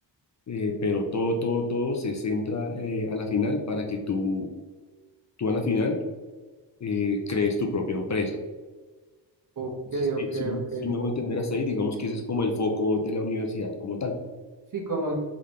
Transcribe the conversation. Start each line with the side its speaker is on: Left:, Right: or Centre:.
Left: eh, pero todo, todo, todo se centra eh, a la final para que tú, tú a la final eh, crees tu propia empresa.
Right: Ok,
Left: Si, si,
Right: ok,
Left: si-
Right: ok.
Left: si me hago entender hasta ahí, digamos que ese es como el foco de la universidad como tal.
Right: Sí, como